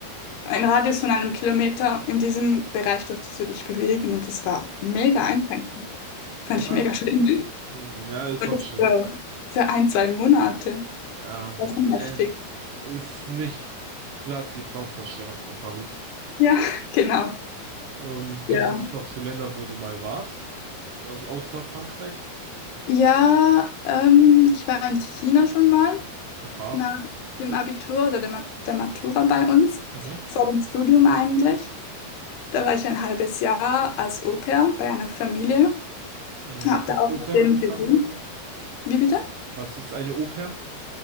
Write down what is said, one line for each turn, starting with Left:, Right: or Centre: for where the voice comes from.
Left: ein Radius von einem Kilometer, in diesem Bereich durftest du dich bewegen und das war mega einschränkend. Fand
Right: Ah,
Left: ich mega schlimm.
Right: ja, ist
Left: Und
Right: auch
Left: das
Right: schlimm.
Left: für, für ein, zwei Monate.
Right: Ja,
Left: Das war schon
Right: nee,
Left: heftig.
Right: ist nicht gerade die Traumvorstellung von Paris.
Left: Ja, <laughs> genau.
Right: Und
Left: Ja.
Right: gibt es noch so Länder, wo du mal warst? Also außer Frankreich?
Left: Ja, ähm, ich war in China schon mal.
Right: Oha.
Left: nach dem Abitur oder der, Ma- der Matura bei uns,
Right: Mhm.
Left: vor dem Studium eigentlich. Da war ich ein halbes Jahr als Au-pair bei einer Familie,
Right: Und
Left: habe
Right: was ist
Left: da auch
Right: Au-pair,
Left: mit denen
Right: wenn ich
Left: gewohnt.
Right: fragen dürfte?
Left: Wie bitte?
Right: Was ist eine Au-pair?